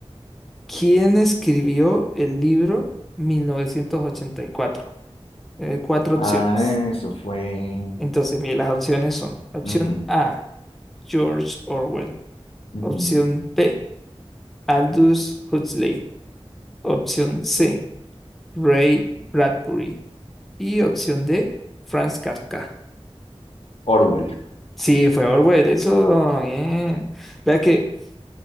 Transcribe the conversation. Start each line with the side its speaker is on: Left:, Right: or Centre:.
Centre: ¿Quién escribió el libro 1984? Eh, cuatro
Left: Ah,
Centre: opciones.
Left: eso fue.
Centre: Entonces, mire, las opciones son: opción
Left: ujú,
Centre: A, George Orwell.
Left: ujú.
Centre: Opción B, Aldous Huxley. Opción C, Ray Bradbury. Y opción D, Franz Kafka.
Left: Orwell.
Centre: Sí, fue Orwell, eso, bien. Vea que